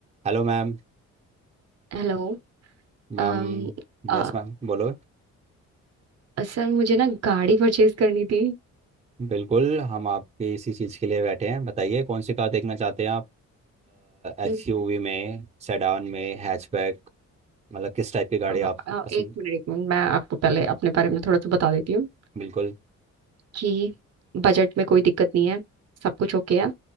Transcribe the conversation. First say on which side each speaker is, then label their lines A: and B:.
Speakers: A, on the right; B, on the right.
A: Hello ma'am
B: Hello
A: Ma'am
B: अम
A: Yes
B: अ,
A: ma'am बोलो
B: sir मुझे ना गाड़ी परचेज करनी थी
A: बिल्कुल हम आपके इसी चीज़ के लिए बैठे हैं बताइए कौन सी कार देखना चाहते हैं आप एसयूवी
B: अम,
A: में सेडान में हैचबैक मतलब किस टाइप की गाड़ी
B: अ,
A: आप
B: अ,
A: पसंद
B: एक मिनट एक मिनट मैं आपको पहले अपने बारे में थोड़ा सा बता देती हूँ
A: बिल्कुल
B: कि बजट में कोई दिक्कत नहीं है सब कुछ ओके है